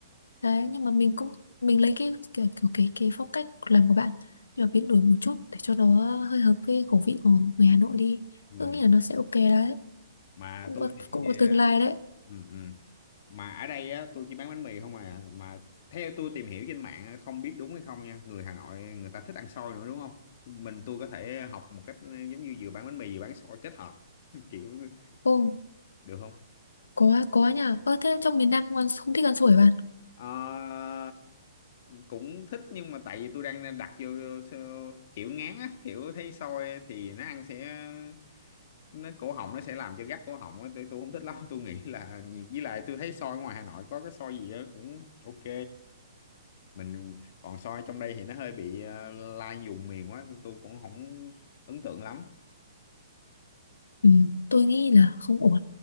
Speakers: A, on the left; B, on the left.
A: đấy nhưng mà mình cũng mình lấy cái kiểu, kiểu cái cái phong cách làm của bạn nhưng mà biến đổi một chút để cho nó hơi hợp với khẩu vị của người Hà Nội đi
B: ừ.
A: tôi nghĩ là nó sẽ ok đấy
B: mà
A: cũng
B: tôi
A: có
B: thì
A: cũng có tương
B: ờ,
A: lai đấy
B: ừ, ừ. mà ở đây á tôi chỉ bán bánh mì không à mà theo tôi tìm hiểu trên mạng á, không biết đúng hay không nha người Hà Nội người ta thích ăn xôi nữa đúng không mình tôi có thể học một cách ờ, giống như vừa bán bánh mì vừa bán xôi kết hợp <laughs> kiểu
A: ô
B: được không
A: có có nha ơ thế trong miền Nam không, ăn, không thích ăn sủi bạn
B: Ờ, cũng thích nhưng mà tại vì tôi đang đặt vô, vô kiểu ngán á kiểu thấy xôi thì nó ăn sẽ nó cổ họng nó sẽ làm cho gắt cổ họng á tôi tôi không thích lắm <laughs> tôi nghĩ là gì- với lại tôi thấy soi ngoài Hà Nội có cái soi gì á cũng ok mình còn soi trong đây thì nó hơi bị ờ, lai vùng miền quá tôi cũng không ấn tượng lắm
A: ừ, tôi nghĩ là không ổn